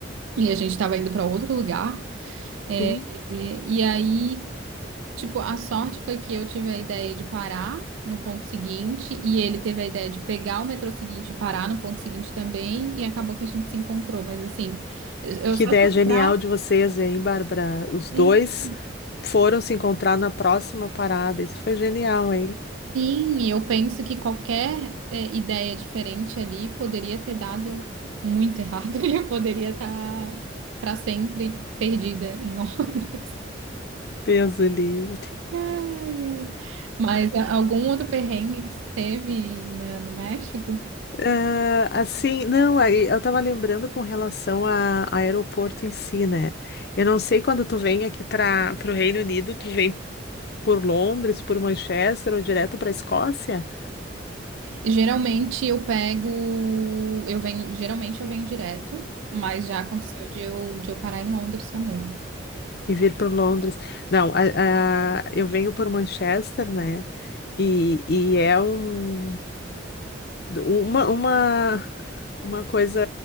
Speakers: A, on the right (about 85°); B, on the left (about 55°).
A: E a gente tava indo pra outro lugar. É,
B: Sim.
A: é, E aí, tipo, a sorte foi que eu tive a ideia de parar no ponto seguinte e ele teve a ideia de pegar o metrô seguinte e parar no ponto seguinte também e acabou que a gente se encontrou. Mas assim, eu
B: Que
A: eu só
B: ideia
A: de
B: genial
A: lembrar,
B: de vocês, hein, Bárbara? Os
A: sim,
B: dois foram se encontrar na próxima parada. Isso foi genial, hein?
A: sim, e eu penso que qualquer é, ideia diferente ali poderia ter dado muito errado <laughs> e eu poderia estar para sempre perdida em Londres.
B: Deus o livre.
A: Ai, ai. Mas a- algum outro perrengue que você teve na- no México?
B: Ah, assim, não, aí eu tava lembrando com relação a, a aeroporto em si, né? Eu não sei quando tu vem aqui para o Reino Unido, tu vem por Londres, por Manchester ou direto para Escócia?
A: E geralmente eu pego, eu venho, geralmente eu venho direto, mas já aconteceu de eu, de eu parar em Londres também.
B: E vir para Londres. Não, a- a- eu venho por Manchester, né? E, e é um, uma, uma, uma coisa